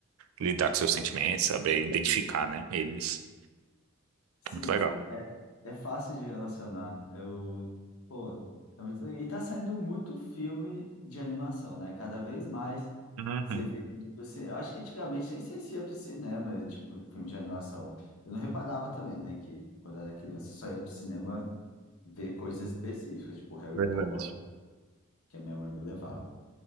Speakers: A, on the right (about 70°); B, on the left (about 85°).
A: lidar com seus sentimentos, saber identificar, né? Eles.
B: Sim.
A: Muito legal.
B: É, é fácil de relacionar. Eu, pô, é muito... legal. E tá saindo muito filme de animação, né? Cada vez mais
A: Uhum.
B: você vê. indo pro ci- Eu acho que antigamente nem sei se ia pro cinema, tipo, filme de animação. Eu não reparava também, né? Que quando era criança só ia pro cinema ver coisas específicas, tipo Harry
A: Verdade.
B: Potter, que a minha mãe me levava.